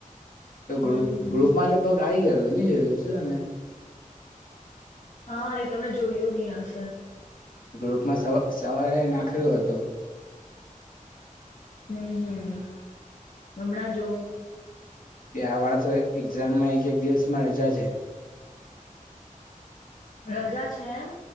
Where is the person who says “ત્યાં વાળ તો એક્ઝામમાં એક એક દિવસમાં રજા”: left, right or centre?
Left